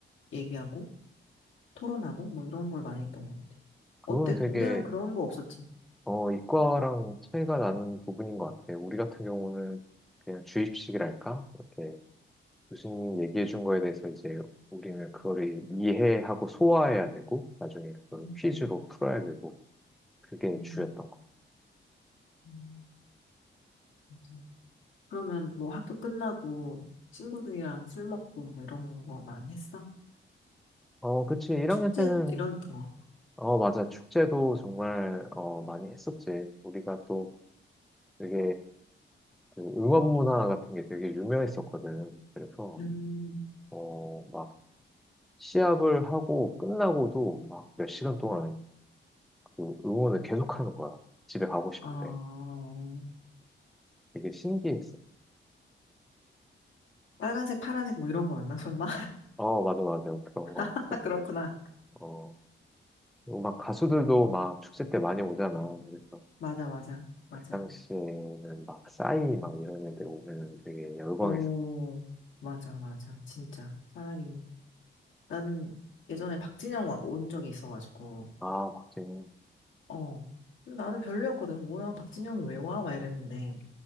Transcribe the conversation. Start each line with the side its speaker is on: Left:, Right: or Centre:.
Left: 얘기하고 토론하고 뭐 이런 걸 많이 했던 것 같아요.
Centre: 그건
Left: 어때?
Centre: 되게,
Left: 공대는 그런 거 없었지?
Centre: 어, 이과랑 차이가 나는 부분인 것 같아. 우리 같은 경우는 그냥 주입식이랄까? 이렇게 교수님 얘기해 준 거에 대해서 이제 우리는 그거를 이해하고 소화해야 되고, 나중에 그걸
Left: 음,
Centre: 퀴즈로
Left: 음.
Centre: 풀어야 되고, 그게
Left: 음.
Centre: 주였던 거.
Left: 음, 음. 그러면 뭐 학교 끝나고 친구들이랑 술 먹고 뭐 이런 거 많이 했어?
Centre: 어, 그치. 1학년
Left: 축제
Centre: 때는
Left: 이런 거.
Centre: 어, 맞아. 축제도 정말, 어, 많이 했었지. 우리가 또 되게, 그 응원 문화 같은 게 되게 유명했었거든. 그래서,
Left: 음,
Centre: 어, 막, 시합을 하고 끝나고도 막 몇 시간 동안 그 응원을 계속 하는 거야. 집에 가고 싶은데.
Left: 어,
Centre: 되게 신기했어.
Left: 빨간색, 파란색 뭐 이런 거였나? 설마?
Centre: 어, 맞아, 맞아. 그런 거
Left: <laughs>
Centre: 했었는데,
Left: 그렇구나.
Centre: 어, 그리고 막 가수들도
Left: 음,
Centre: 막 축제 때 많이 오잖아. 그래서
Left: 맞아, 맞아, 맞아.
Centre: 그 당시에는 막 싸이 막 이런 애들 오면 되게 열광했어.
Left: 오, 맞아, 맞아. 진짜. 차라리. 나는 예전에 박진영 와- 온 적이 있어가지고,
Centre: 아, 박진영.
Left: 어. 근데 나는 별로였거든. 뭐야, 박진영이 왜 와? 막 이랬는데.